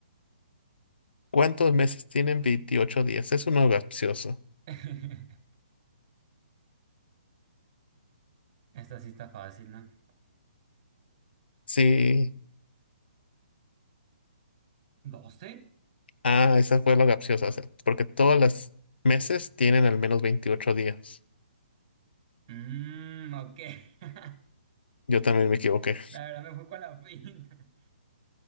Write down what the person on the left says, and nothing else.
¿Cuántos meses tienen 28 días? Es uno capcioso.
Sí,
ah, esa fue la capciosa, o sea, porque todos los meses tienen al menos 28 días.
Yo también me equivoqué.